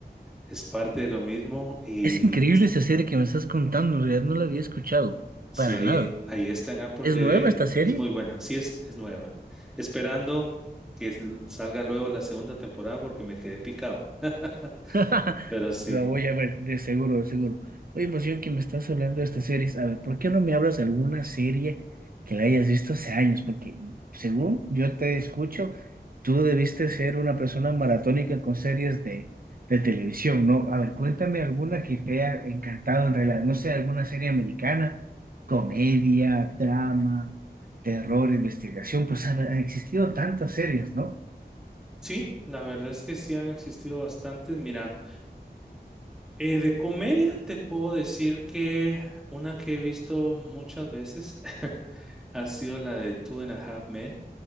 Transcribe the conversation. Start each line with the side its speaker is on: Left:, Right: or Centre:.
Centre: Es parte de lo mismo y
Right: Es increíble esa serie que me estás contando. En realidad no la había escuchado.
Centre: si
Right: Para
Centre: ahí,
Right: nada.
Centre: ahí está en Apple
Right: ¿Es
Centre: TV,
Right: nueva esta serie?
Centre: es muy buena. Sí, es, es nueva. Esperando que s- salga luego la segunda temporada porque me quedé picado.
Right: <laughs>
Centre: <laughs> Pero sí,
Right: La voy a ver, de seguro, de seguro. Oye, pues yo que me estás hablando de estas series, a ver, ¿por qué no me hablas de alguna serie que la hayas visto hace años? Porque según yo te escucho, tú debiste ser una persona maratónica con series de, de televisión, ¿no? A ver, cuéntame alguna que te haya encantado en realidad, no sé, alguna serie americana, comedia, drama, terror, investigación, pues han han existido tantas series, ¿no?
Centre: sí, la verdad es que sí han existido bastantes. Mira, eh, de comedia te puedo decir que una que he visto muchas veces <laughs> ha sido la de Two and a Half Men